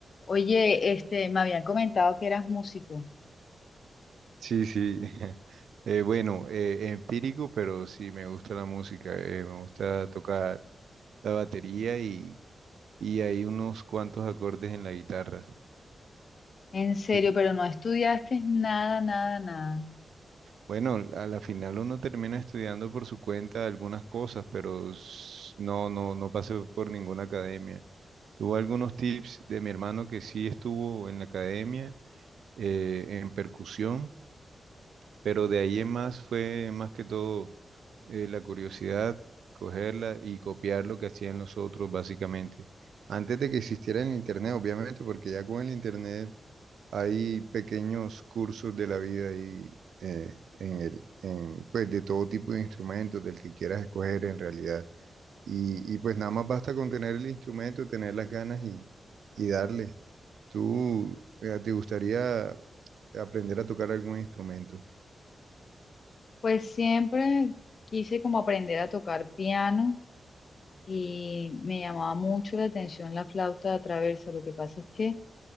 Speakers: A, on the left; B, on the right.
A: Oye, este, me habían comentado que eras músico.
B: Sí, sí. <laughs> Eh, bueno, eh, empírico, pero sí me gusta la música. eh, me gusta tocar la batería y, y hay unos cuantos acordes en la guitarra.
A: En serio,
B: Y tú,
A: pero no estudiaste nada, nada, nada.
B: bueno, a la final uno termina estudiando por su cuenta algunas cosas, pero s- no, no, no pasé por ninguna academia. Tuve algunos tips de mi hermano que sí estuvo en la academia eh, en percusión. Pero de ahí en más fue más que todo eh, la curiosidad, cogerla y copiar lo que hacían los otros básicamente. Antes de que existiera el internet, obviamente, porque ya con el internet hay pequeños cursos de la vida y eh, en el, en, pues de todo tipo de instrumentos, del que quieras escoger en realidad. Y, y pues nada más basta con tener el instrumento, tener las ganas y, y darle. ¿Tú eh, te gustaría aprender a tocar algún instrumento?
A: Pues siempre quise como aprender a tocar piano y me llamaba mucho la atención la flauta traversa. Lo que pasa es que